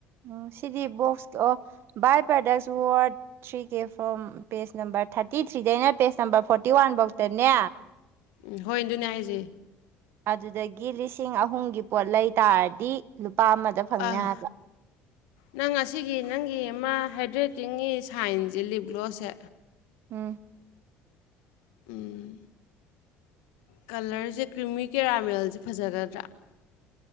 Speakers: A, on the right; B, on the left.
A: ꯎꯝ ꯁꯤꯗꯤ ꯕꯣꯛꯁ ꯑꯣ by products ward three K form page number thirty ꯊ꯭ꯔꯤꯗꯩꯅ ꯄꯦꯖ ꯅꯝꯕꯥꯔ ꯐꯣꯔꯇꯤ ꯋꯥꯟꯐꯧꯗꯅꯦ
B: ꯎꯝ ꯍꯣꯏ ꯑꯗꯨꯅꯦ ꯍꯥꯏꯁꯦ
A: ꯑꯗꯨꯗꯒꯤ ꯂꯤꯁꯤꯡ ꯑꯍꯨꯝꯒꯤ ꯄꯣꯠ ꯂꯩ ꯇꯥꯔꯗꯤ ꯂꯨꯄꯥ ꯐꯪꯅꯤ
B: ꯑꯥ
A: ꯍꯥꯏꯕ
B: ꯅꯪ ꯑꯁꯤꯒꯤ ꯅꯪꯒꯤ ꯑꯃ ꯍꯥꯏꯗ꯭ꯔꯦꯇꯤꯡꯒꯤ ꯁꯥꯏꯟꯁꯦ ꯂꯤꯞ ꯒ꯭ꯂꯣꯁꯦ
A: ꯎꯝ
B: ꯎꯝ ꯀꯂꯔꯁꯦ ꯀ꯭ꯔꯤꯃꯤ ꯀꯦꯔꯥꯃꯦꯜꯁꯦ ꯐꯖꯒꯗ꯭ꯔꯥ